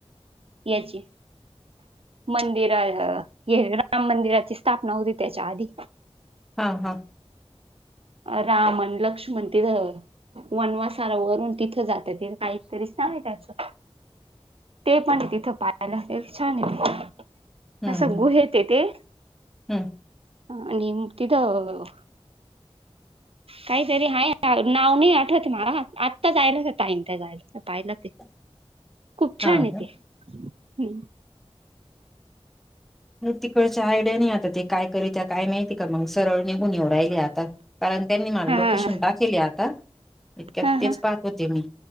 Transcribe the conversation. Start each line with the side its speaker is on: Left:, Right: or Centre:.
Right: याची, मंदिर हे राम मंदिराची स्थापना होती त्याच्या आधी.
Centre: हा, हा.
Right: राम ण लक्ष्मण तिथं. वनवासाला वरून तिथं जातातथ काहीतरीच सांग त्याचंऽ. ते पण. तिथं पाहाला छान य
Centre: हम्म
Right: असं गुहेेत ते.
Centre: हम्म,
Right: आणी तिथं. काहीतरी आहेाय नाव नाही आठवते मला आत्ताचयलाच ताई त्या गाडीच पाहिलं ते.
Centre: <inaudible>
Right: खूप
Centre: हा
Right: छान आहे ते ह्म
Centre: तिकडच्या आयडिया नाही आता ते काय करीत्या, काय माहिती, का मग सरळ निघून येव राहिले आता. कारण त्यांनी मला
Right: हा
Centre: लोकेशन
Right: हा
Centre: टाकेले आता इतक्यात
Right: हा
Centre: तेच पाहत होते मी